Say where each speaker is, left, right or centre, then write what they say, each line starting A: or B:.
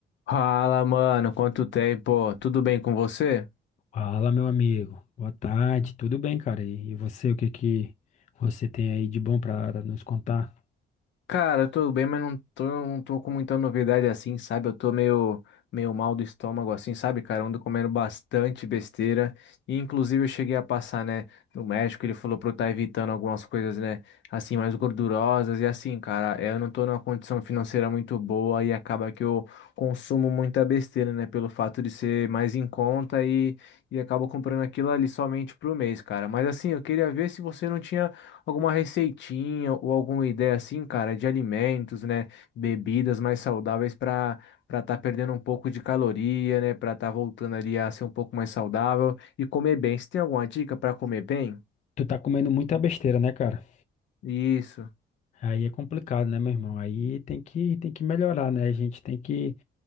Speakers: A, on the left; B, on the left.
A: Fala, mano, quanto tempo? Tudo bem com você?
B: Fala, meu amigo. Boa tarde. Tudo bem, cara? E e você, o que que você tem aí de bom pra nos contar?
A: Cara, eu tô bem, mas não tô, não tô com muita novidade assim, sabe? Eu tô meio, meio mal do estômago assim, sabe, cara? Eu Ando comendo bastante besteira. E inclusive eu cheguei a passar, né, no médico, ele falou pra eu estar evitando algumas coisas, né, assim, mais gordurosas. E assim, cara, é, eu não tô numa condição financeira muito boa e acaba que eu consumo muita besteira, né, pelo fato de ser mais em conta e, e acabo comprando aquilo ali somente pro mês, cara. Mas assim, eu queria ver se você não tinha Alguma receitinha ou alguma ideia assim, cara, de alimentos, né? Bebidas mais saudáveis para para estar perdendo um pouco de caloria, né? Para estar voltando ali a ser um pouco mais saudável e comer bem. Você tem alguma dica para comer bem?
B: Tu tá comendo muita besteira, né, cara?
A: Isso.
B: Aí é complicado, né, meu irmão? Aí tem que tem que melhorar, né? A gente tem que